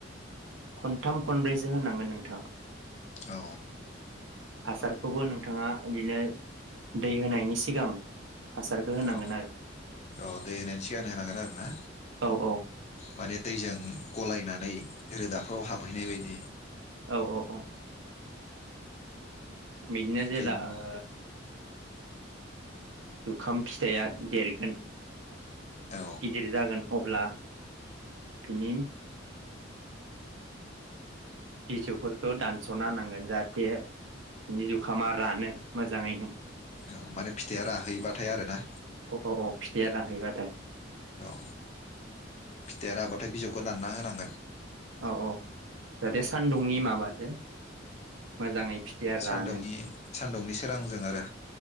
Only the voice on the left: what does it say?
औ।
औ
औ दै होनायनि सिगांनो होनांगोन आरो ना
माने दैजों गलायनानै रोदाफ्राव हाबहैनाय बायदि।
बेनि
औ
औ माने फिथाइया राहैबाथाय आरो ना?
औ फिथाइया राबा ओमफाय बिजौखो दानना होनांगोन।
औ
सान्दुंनि सानदुंनि सोरांजों आरो।